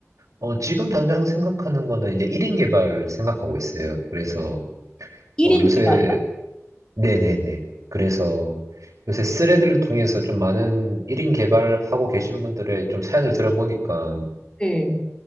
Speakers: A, on the right; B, on the left.
A: 어, 지금 당장 생각하는 거는 이제 1인 개발을 생각하고 있어요. 그래서,
B: 1인
A: 어, 요새,
B: 개발.
A: 네네네. 그래서 요새 스레드를 통해서 좀 많은 1인 개발하고 계신 분들의 좀 사연을 들어보니까,
B: 네.